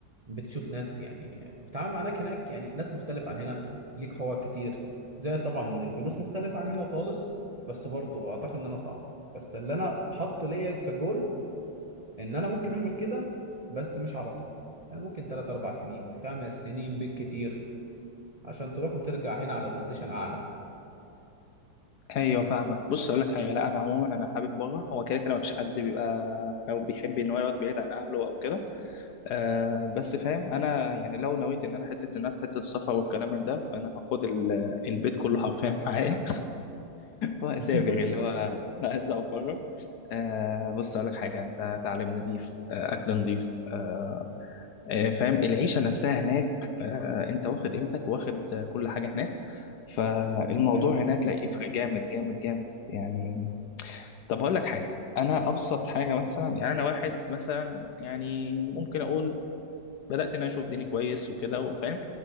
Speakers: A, on the right; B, on the left.
A: بتشوف ناس يعني بتتعامل مع ناس هناك يعني ناس مختلفه عن هنا ليك حوار كتير زي طبعا الفلوس مختلفه عن هنا خالص بس برضو اعتقد ان انا صعب بس اللي انا حاطه ليا كجول ان انا ممكن اعمل كده بس مش على طول انا ممكن 3 4 سنين 5 سنين بالكتير عشان تروح وترجع هنا على بوزيشن اعلى
B: ايوه فاهمك بص اقول لك حاجه لا انا عموما انا حابب بره هو كده كده ما فيش حد بيبقى او بيحب ان هو يقعد بعيد عن اهله او كده آه بس فاهم انا يعني لو نويت ان انا حته ان انا في حته السفر والكلام من ده فانا هاخد ال- البيت كله حرفيا <laughs> معايا واسافر
A: <laughs>
B: اللي هو لا عايز اقعد بره آه بص اقول لك حاجه انت تعليم نظيف آه اكل نظيف آه آه، فاهم العيشه نفسها هناك آه انت واخد قيمتك واخد آه، كل حاجه هناك فالموضوع
A: ايوه طبعا
B: هناك لا يفرق جامد جامد جامد يعني طب اقول لك حاجه انا ابسط حاجه مثلا يعني انا واحد مثلا يعني ممكن اقول بدات ان انا اشوف ديني كويس وكده وفاهم